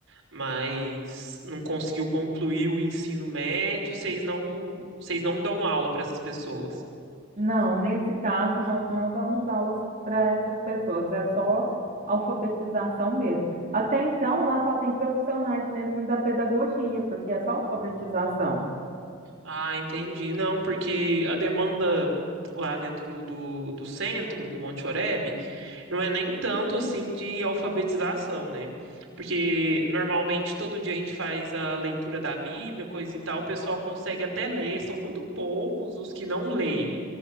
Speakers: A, on the right; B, on the right.
A: mas não conseguiu concluir o ensino médio, vocês não, vocês não dão aula para essas pessoas.
B: Não, nesse caso nós não damos aulas para essas pessoas, é só alfabetização mesmo. Até então lá só tem profissionais mesmo da pedagogia, porque é só alfabetização.
A: Ah, entendi. Não, porque a demanda lá dentro do, do centro, do Monte Oreb, não é nem tanto assim de alfabetização, né? Porque normalmente todo dia a gente faz a leitura da Bíblia, coisa e tal, o pessoal consegue até ler, são muito poucos os que não leem.